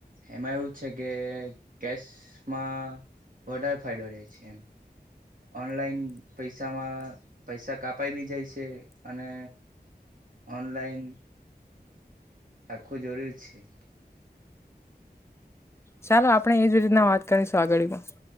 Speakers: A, on the right; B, on the left.
A: એમાં એવું છે, કે કેશમાં વધારે‌ ફાયડો રહે છે, એમ ઓનલાઈન પૈસામાં પૈસા કાપાઈ બી જાય છે, અને ઓનલાઈન રાખવું જરૂર છે.
B: ચાલો આપણે એજ રીતના વાત કરીશું આગળી પણ